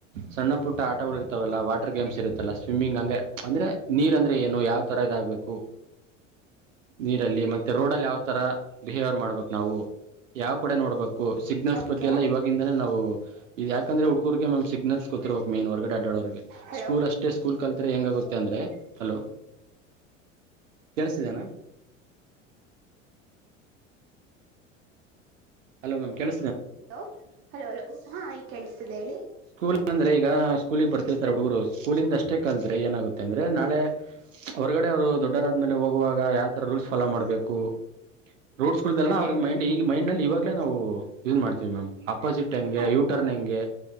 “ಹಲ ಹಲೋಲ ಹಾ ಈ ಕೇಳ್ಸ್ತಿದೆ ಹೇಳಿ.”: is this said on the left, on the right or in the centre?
Right